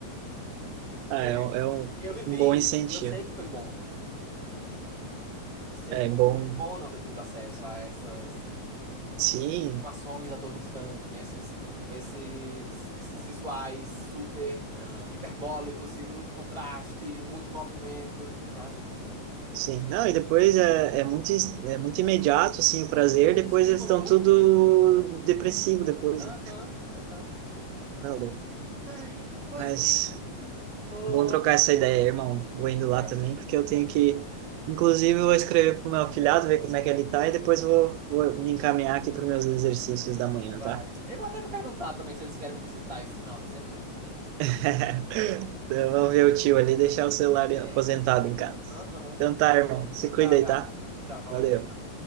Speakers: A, on the right (about 25°); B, on the right (about 80°).
A: Porque
B: Ah, é, um, é um,
A: eu vivi
B: um bom incentivo.
A: isso, eu sei que foi bom. Eu sei
B: É
A: que foi
B: bom.
A: muito bom não ter tido acesso a essas
B: Sim,
A: informações a todo instante, né? Esses, esses, esses visuais super ah, hiperbólicos e muito contraste, muito movimento, sabe?
B: sim. Não, e depois é, é muito, is- é muito imediato, assim, o prazer.
A: Muito
B: Depois
A: estímulo,
B: eles estão
A: muito
B: tudo
A: estímulo.
B: depressivo depois.
A: Aham,
B: né?
A: exato, exato, exato.
B: Tá louco.
A: Ai, pois
B: Mas
A: bem, vou.
B: bom trocar essa ideia, irmão. Vou indo
A: é,
B: lá também, porque eu tenho que. Inclusive, eu vou escrever pro meu afilhado, ver como é que ele tá, e depois vou, vou me encaminhar aqui para meus exercícios da manhã,
A: Vai.
B: tá?
A: eu vou até perguntar também se eles querem me visitar esse final de semana.
B: <laughs> Então, Vamos ver o tio ali deixar o celular
A: É.
B: aposentado em casa.
A: Aham.
B: Então tá, irmão. Se
A: Tchau,
B: cuida aí,
A: Gabi.
B: tá?
A: Tchau, valeu.
B: Valeu.